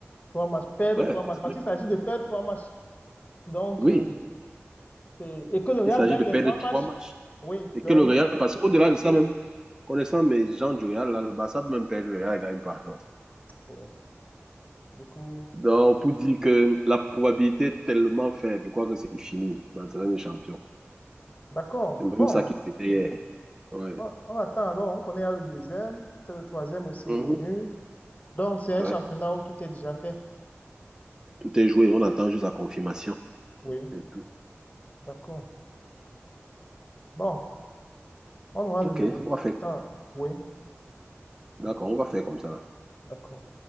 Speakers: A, on the left; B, on the right.
A: Trois matchs, perdre
B: Ouais,
A: trois
B: parce
A: matchs. Parce
B: que,
A: qu'il s'agit de perdre trois matchs. Donc,
B: oui,
A: euh, c'est... et que le Real
B: il s'agit
A: gagne
B: de
A: les
B: perdre
A: trois
B: trois
A: matchs.
B: matchs.
A: Oui,
B: Et
A: donc,
B: que le Real, parce qu'au-delà de ça même, connaissant mes gens du Real, là, le Barça peut même perdre le Real, il gagne pas. Non.
A: ouais. Du coup,
B: Donc, pour dire que la probabilité est tellement faible, je crois que c'est fini. Barcelone
A: ouais.
B: est champion.
A: d'accord.
B: C'est même
A: Bon,
B: ça qui fêtait hier. Ouais.
A: on, on attend alors. On connaît le deuxième. Peut-être Le troisième aussi
B: Mhm.
A: est connu. Donc, c'est un
B: Ouais.
A: championnat où tout est déjà fait.
B: Tout est joué, on attend juste la confirmation.
A: Oui,
B: C'est tout.
A: d'accord. Bon, on aura le,
B: Ok,
A: le
B: on va faire comme
A: temps.
B: ça.
A: Oui,
B: D'accord,
A: ouais,
B: on va faire comme ça. là.
A: d'accord.